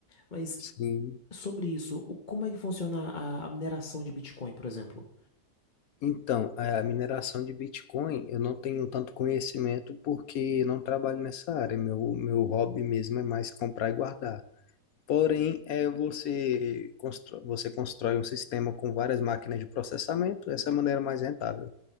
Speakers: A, on the left; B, on the left.
A: Mas
B: Sim.
A: sobre isso, o- como é que funciona a, a mineração de Bitcoin, por exemplo?
B: Então, a mineração de Bitcoin, eu não tenho tanto conhecimento porque eu não trabalho nessa área. Meu, meu hobby mesmo é mais comprar e guardar. Porém, é você constrói, você constrói um sistema com várias máquinas de processamento, essa é a maneira mais rentável.